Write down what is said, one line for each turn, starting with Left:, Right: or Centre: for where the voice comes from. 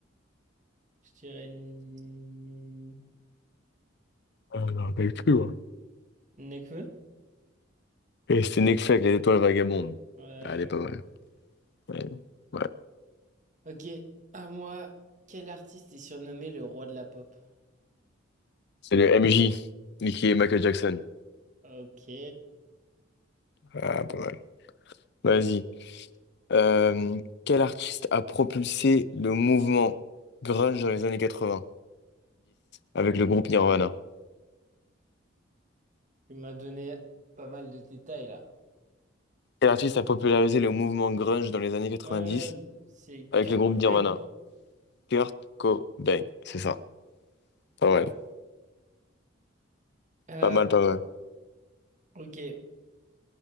Right: je dirais N-
Left: Ah, je me rappelle plus, ouais.
Right: Nekfeu.
Left: Et c'était Nekfeu avec les étoiles vagabondes.
Right: Ouais,
Left: Ah, elle est pas mal. Ouais. Ouais.
Right: ouais. Ok, à moi, quel artiste est surnommé le roi de la pop?
Left: C'est le MJ, Nicky et Michael Jackson.
Right: Ok, tu
Left: Ah, pas mal. Vas-y. Euh, quel artiste a propulsé le mouvement grunge dans les années 90 avec le groupe Nirvana?
Right: m'as donné pas mal de détails là.
Left: Quel artiste a popularisé le mouvement grunge dans les années 90
Right: Ouais, c'est
Left: avec
Right: Kurt
Left: le groupe
Right: Cobain.
Left: Nirvana? Kurt Cobain, c'est ça. Pas mal.
Right: Euh,
Left: Pas mal, pas mal.
Right: ok,